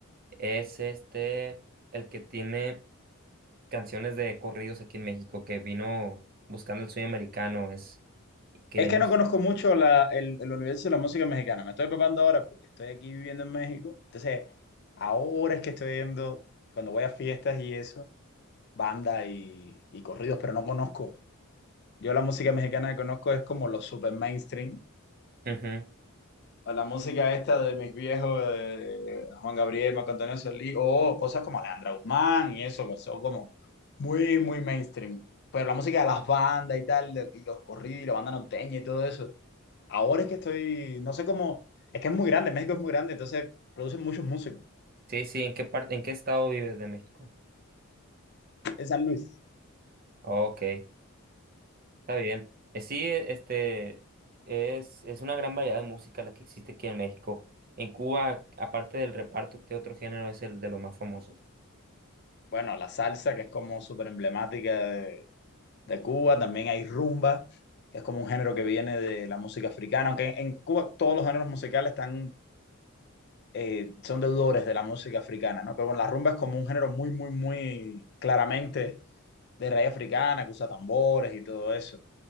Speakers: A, on the right; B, on the left.
A: Es este el que tiene canciones de corridos aquí en México, que vino buscando el sueño americano, es y que
B: Es que
A: no.
B: no conozco mucho la, el, el universo de la música mexicana. Me estoy preparando ahora porque estoy aquí viviendo en México. Entonces, ahora es que estoy viendo, cuando voy a fiestas y eso, bandas y, y corridos, pero no conozco. Yo la música mexicana que conozco es como los super mainstream.
A: Ujú.
B: o La música esta de mis viejos, de Juan Gabriel, Marco Antonio Solís, o cosas como Alejandra Guzmán y eso, que son como muy, muy mainstream. Pero la música de las bandas y tal, de- y los corridos y la banda norteña y todo eso. Ahora es que estoy, no sé cómo, es que es muy grande, México es muy grande, entonces producen muchos músicos.
A: Sí, sí, ¿en qué parte, en qué estado vives de México?
B: En San Luis.
A: Ok. Está bien. Eh, Sí, eh, este es, es una gran variedad de música la que existe aquí en México. En Cuba, aparte del reparto, ¿qué otro género es el de los más famosos?
B: Bueno, la salsa, que es como súper emblemática de, de Cuba, también hay rumba, que es como un género que viene de la música africana, aunque en, en Cuba todos los géneros musicales están, eh, son deudores de la música africana, ¿no? Pero bueno, la rumba es como un género muy, muy, muy claramente de raíz africana, que usa tambores y todo eso.